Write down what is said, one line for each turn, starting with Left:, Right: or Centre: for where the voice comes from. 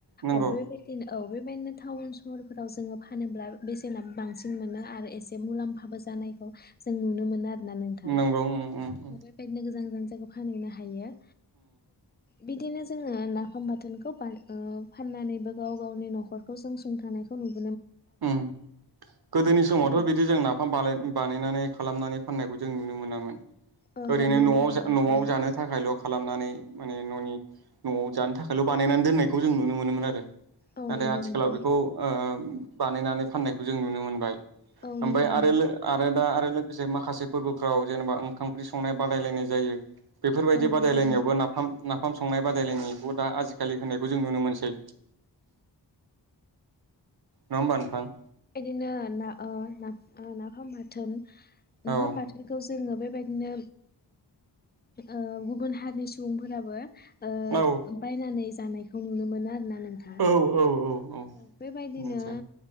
Right: नंगौ
Left: अ बेबायदिनो औ बेबायदिनो टाउन-सहरफोराव जोङो फानोब्ला बेसेना बांसिन मोनो आरो एसे मुलाम्फाबो जानायखौ जों नुनो मोनो आरोना नोंथां
Right: नंगौ ओ ओ ।
Left: बेबायदिनो गोजान गोजान फानहैनो हायो बिदिनो जोङो नाफाम बाथोनखौ फाननानैबो गाव-गावनि न'खरखौ जों सुंथानायखौ नुनो मोनो ।
Right: ओम गोदोनि समावथ'
Left: औ
Right: बिदि जों नाफाम बानायनानै खालामनानै फाननायखौ जों नुनो मोनामोन
Left: ओहो
Right: ओरैनो
Left: नुनो
Right: न'आव
Left: मोनामोन
Right: न'आव
Left: औ
Right: जानो थाखायल' खालामनानै माने न'नि न'आव जानो थाखायल' बानायनानै दोननायखौ जों नुनो मोनोमोन आरो ।
Left: औ
Right: नाथाय
Left: नंगौ
Right: आथिखालाव
Left: नोंथां
Right: बेखौ ओ बानायनानै फाननायखौ जों नुनो मोनबाय ।
Left: औ नुनो
Right: ओमफ्राय
Left: मोनो
Right: आरो आरो । दा आरो लोगोसे माखासे फोरबोफ्राव जेनेबा ओंखाम-ओंख्रि संनाय बादायलायनाय जायो । बेफोरबायदि
Left: औ नंगौ
Right: बादायलायनायावबो
Left: नोंथां
Right: नाफाम नाफाम । ओंखाम संनाय बादायलायनायखौ दा आजिखालि होनायखौ जों नुनो मोनसै नङा होमा नोंथां ।
Left: बेबायदिनो ओ ना नाफाम । बाथोन । नाफाम
Right: औ
Left: बाथोनखौ । जोङो बेबायदिनो ओ गुबुन हारिनि सुबुंफोराबो । ओ
Right: औ
Left: बायनानै जानायखौ नुनो मोनो होना नोंथां
Right: औ औ औ
Left: औ बेबायदिनो
Right: मोनसै